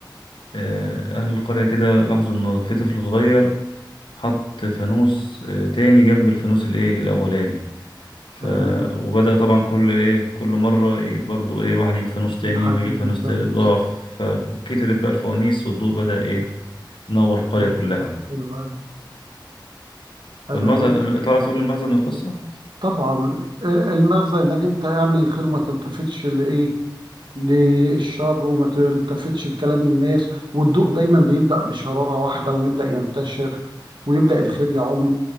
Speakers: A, on the left (about 80°); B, on the right (about 70°).
A: آه، اهل القرية كده لاحظوا ان في طفل صغير حط فانوس آه، تاني جنب الفانوس الايه الاولاني ف...
B: تمام
A: وبدأ طبعا كل ايه كل مرة ي- برضو ايه واحد يجيب فانوس تاني
B: لحد
A: ويجيب
B: دي
A: فانوس تالت
B: تمام
A: بقى فكترت بقى الفوانيس والضوء بدأ ايه ينور القرية
B: حلو
A: كلها
B: حلو أوي حلو
A: فالمغزى
B: أوي
A: تعرف تقول المغزى من القصة؟
B: طبعا المغزى إنك أنت اعمل الخير وما تلتفتش لإيه للشر وما تلتفتش لكلام الناس والضوء دايما بيبدأ بشرارة واحدة ويبدأ ينتشر ويبدأ الخير يعم